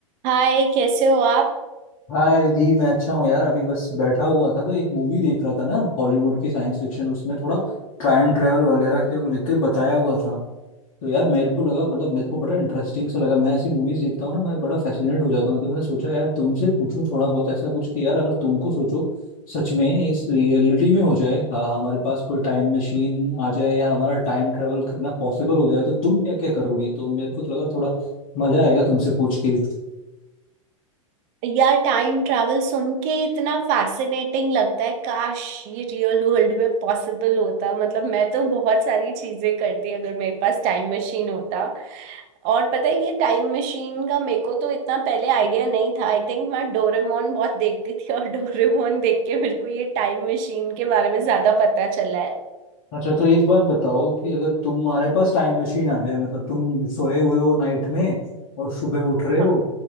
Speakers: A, on the right; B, on the left.
A: हाय कैसे हो आप
B: हाँ रिधि मैं अच्छा हूँ यार अभी बस बैठा हुआ था तो एक मूवी देख रहा था ना हॉलीवुड की साइंस फिक्शन उसमें थोड़ा टाइम ट्रेवल वगैरह के को लेके बताया हुआ था तो यार मेरे को लगा मतलब मेरे को बड़ा इंटरेस्टिंग सा लगा मैं ऐसी मूवीज देखता हूँ ना मैं बड़ा फैसिनेट हो जाता हूँ तो मैंने सोचा यार तुमसे पूछूं थोड़ा बहुत ऐसा कुछ कि यार अगर तुमको सोचो सच में ये रियलिटी में हो जाए हाँ हमारे पास कोई टाइम मशीन आ जाए या हमारा टाइम ट्रेवल करना पॉसिबल हो जाए तो तुम क्या क्या करोगी तो मेरे को तो लगा थोड़ा मजा आएगा तुमसे पूछ के
A: यार टाइम ट्रैवल सुन के इतना फैसिनेटिंग लगता है काश ये रियल वर्ल्ड में पॉसिबल होता मतलब मैं तो बहुत सारी चीजें करती अगर मेरे पास टाइम मशीन होता और पता है ये टाइम मशीन का मेरे को तो इतना पहले आइडिया नहीं था आई थिंक मैं डोरेमोन बहुत देखती थी और <laughs> डोरेमोन देख के मेरे को ये टाइम मशीन के बारे में ज्यादा पता चला है
B: अच्छा तो एक बात बताओ कि अगर तुम्हारे पास टाइम मशीन आ जाए मतलब तुम सोए हुए हो नाइट में और सुबह उठ रहे हो
A: हाँ